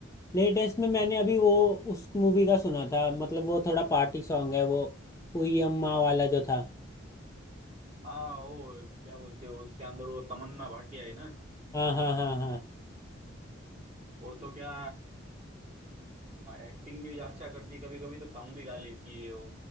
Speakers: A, on the left (about 15°); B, on the right (about 35°).
A: लेटेस्ट में मैंने अभी वो उस मूवी का सुना था मतलब वो थोड़ा पार्टी सॉन्ग है वो उई अम्मा वाला जो था
B: हाँ वो क्या बोलते हो उसके अंदर वो तमन्ना भाटिया है ना
A: हाँ हाँ हाँ हाँ
B: वो तो क्या एक्टिंग भी अच्छा करती है कभी कभी तो सॉन्ग भी गा लेती है वो